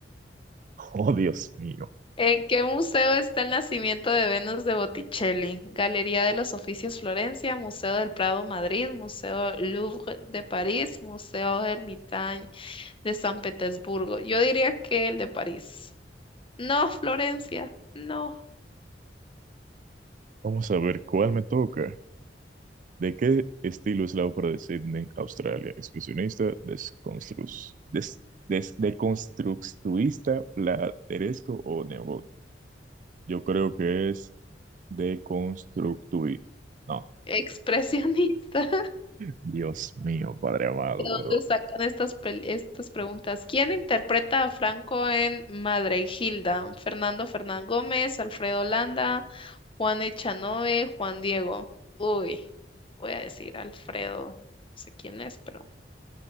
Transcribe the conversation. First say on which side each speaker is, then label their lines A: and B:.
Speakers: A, on the right; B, on the left.
A: Oh, Dios mío.
B: ¿En qué museo está el nacimiento de Venus de Botticelli? Galería de los Oficios Florencia, Museo del Prado Madrid, Museo Louvre de París, Museo Hermitage de San Petersburgo. Yo diría que el de París. No, Florencia, no.
A: Vamos a ver cuál me toca. ¿De qué estilo es la ópera de Sydney, Australia? Expresionista, desconstrus, des, des- deconstructuista, plateresco o neogótico. Yo creo que es deconstructuista. No.
B: Expresionista.
A: Dios mío, Padre amado,
B: ¿De dónde
A: pero
B: sacan estas, pel- estas preguntas? ¿Quién interpreta a Franco en Madre y Hilda? Fernando Fernán Gómez, Alfredo Landa, Juan Echanove, Juan Diego. Uy, voy a decir Alfredo. No sé quién es, pero